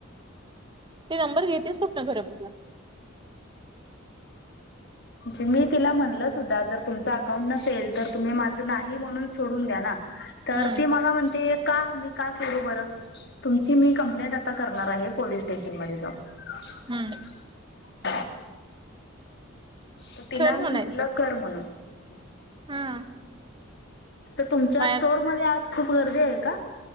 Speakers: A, on the right; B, on the left.
A: ते नंबर घेतीस कुठनं खर तू.
B: म्हणे मी तिला म्हणल सुद्धा जर तुम अकाउंट नसेल तर तुम्ही नाही म्हणून सोडून द्या ना
A: हम्म
B: तर ती मला म्हणते का मी का सोडू. सोडू बर तुमची मी कंप्लेंट आता करणार आहे पोलीस स्टेशनमध्ये जाऊन. <inaudible>
A: हम्म
B: तर तिला
A: खरं
B: मी
A: म्हणायचं.
B: म्हणल कर म्हणून. <inaudible>
A: हा
B: तर तुमच्या
A: माझ
B: स्टोरमध्ये आज खूप गर्दी आहे का